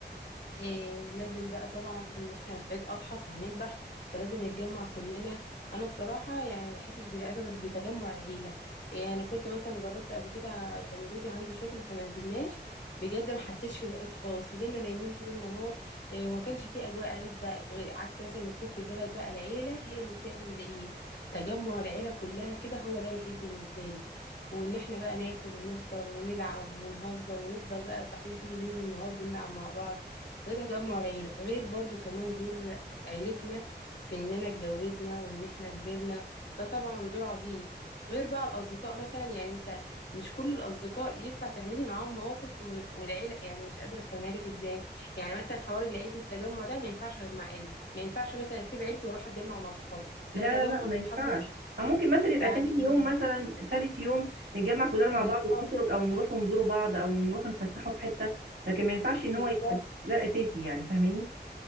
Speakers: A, on the left; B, on the right.
A: إيه لازم بقى طبعا احنا في عيد اضحى فهنذبح فلازم نتجمع كلنا انا الصراحه يعني ما بحسش بالعيد غير بتجمع العيله يعني انا كنت مثلا جربت قبل كده كان جوزي عنده شغل فما نزلناش بجد ما حسيتش بالعيد خالص فضلنا نايمين طول النهار إيه وما كانش في اجواء عيد بقى غير عكس مثلا ما يكون في البلد بقى العيله هي اللي بتعمل العيد تجمع العيله كلها كده هو ده العيد بالنسبه لي وان احنا بقى ناكل ونفطر ونلعب ونهزر ونفضل بقى صاحيين طول الليل والنهار بنلعب مع بعض ده تجمع العيلة غير برضو كمان دور عيلتنا في إننا اتجوزنا وإن إحنا كبرنا ده طبعا دور عظيم غير بقى الأصدقاء مثلا يعني أنت مش كل الأصدقاء ينفع تعملي معاهم مواقف وم- والعيلة يعني مش قادرة أفهمهالك إزاي يعني مثلا حوار العيد والتجمع ده ما ينفعش غير مع عيلتي ما ينفعش مثلا أسيب عيلتي وأروح أتجمع مع صحابي لا
B: لا
A: تجمع
B: لا لا ما
A: الصحاب
B: ينفعش
A: ده
B: أو ممكن مثلا يبقى
A: بعد
B: تاني
A: يومين
B: يوم مثلا تالت يوم نتجمع كلنا مع
A: بالظبط
B: بعض ونخرج أو نروح ونزوروا بعض أو نروح نتفسحوا في حتة لكن ما ينفعش إن
A: بالظبط
B: هو يبقى ده الأساسي يعني فاهماني